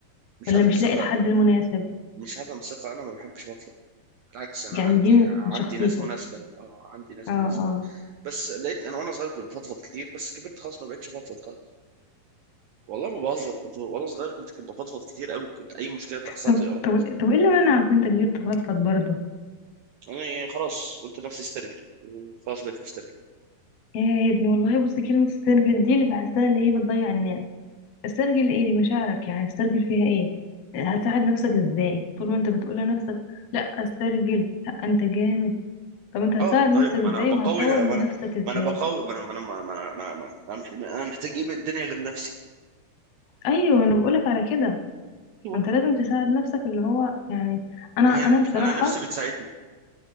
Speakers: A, on the right; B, on the left.
A: مش
B: ولا
A: عدم
B: مش
A: ثقة
B: لاقي الحد المناسب
A: مش عدم ثقة أنا ما بحبش بطلب بالعكس أنا
B: يعني
A: عندي
B: دي من من شخصيتك
A: عندي ناس مناسبة أه عندي ناس
B: اه
A: مناسبة
B: اه
A: بس لقيت أنا وأنا صغير كنت بفضفض كتير بس كبرت خلاص ما بقتش بفضفض خالص والله ما بهزر كنت وأنا صغير كنت كنت بفضفض كتير أوي كنت أي مشكلة تحصل
B: طب
A: لي أروح
B: طب طب ايه اللي منعك وانت كبير تفضفض برضه
A: أنا يعني خلاص قلت لنفسي استرجل وخلاص بقيت مسترجل
B: يا يا ابني والله بص كلمه استرجل دي اللي بحسها اللي هي بتضيع الناس استرجل ايه دي مشاعرك يعني استرجل فيها ايه هتساعد نفسك ازاي طول ما انت بتقول لنفسك لا استرجل لا انت جامد طب انت هتساعد
A: أه طيب
B: نفسك ازاي
A: ما أنا بقاوي
B: وهتطور
A: ما
B: من
A: أنا
B: نفسك ازاي
A: ما أنا بقاوي ما أنا ما أنا ما أنا ما أنا ما أنا أنا مح- أنا محتاج إيه من الدنيا غير نفسي
B: ايوه انا بقولك على كده
A: أيوة.
B: ما انت لازم تساعد نفسك اللي هو يعني انا
A: ما هي
B: انا بصراحة
A: أنا نفسي بتساعدني